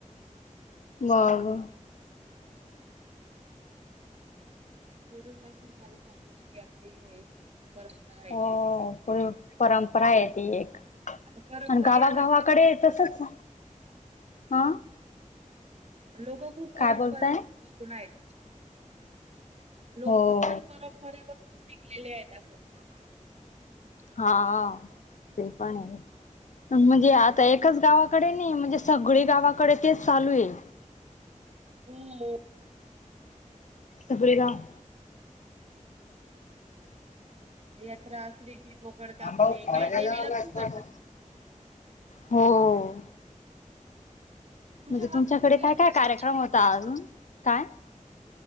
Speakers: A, on the left; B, on the right.
A: बर हो
B: पूर्वी पाासून चालूत आलेली ती आपली परंपरा आहे
A: हो पूर्व परंपरा
B: म्हणजे
A: आहे ती एक
B: परंपरा
A: आणि गावागावाकडे
B: <inaudible>
A: तसच हा
B: लोक खूप परंपरेला
A: काय बोलताय
B: टिकून आहेत लोक
A: हो
B: पण परंपरेवर शिकलेले आहेत असं
A: हा ते पण आहे म्हणजे आता एकच गावाकडे नाही म्हणजे सगळी गावाकडे तेच चालू आहे
B: हम्
A: हुपरी गाव
B: यात्रा असली की बोकड कापणे
A: आंबाऊ खायला
B: काही देवीला
A: जायला असता
B: पण करतात
A: का? हो
B: तुमच्या
A: म्हणजे
B: गावात
A: तुमच्याकडे
B: कोणती
A: काय
B: यात्रा
A: काय कार्यक्रम होता अजून काय